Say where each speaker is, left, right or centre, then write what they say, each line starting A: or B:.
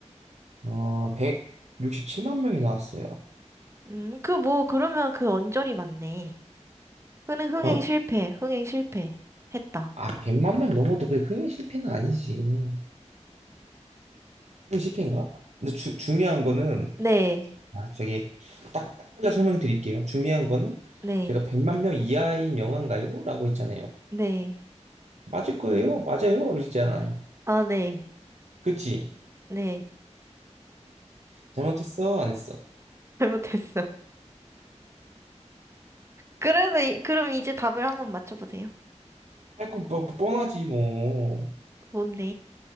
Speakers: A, on the right (about 70°); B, on the right (about 20°).
A: 어, 167만 명이 나왔어요.
B: 음, 그 뭐, 그러면 그 언저리 맞네. 흥행, 흥행
A: 어?
B: 실패, 흥행 실패. 했다.
A: 아, 100만 명 넘어도 그게 흥행 실패는 아니지. 흥행 실패인가? 근데 주, 중요한 거는,
B: 네,
A: 아, 저기, 딱, 딱 잘라 설명드릴게요. 중요한 거는,
B: 네,
A: 제가 100만 명 이하인 영화인가요? 라고 했잖아요.
B: 네.
A: 맞을 거예요? 맞아요? 이랬잖아요.
B: 아, 네,
A: 그치?
B: 네.
A: 잘못했어? 안 했어?
B: <laughs> 잘못했어. 그래도, 이- 그럼 이제 답을 한번 맞춰보세요.
A: 아, 그, 뭐, 뻔하지, 뭐.
B: 뭔데?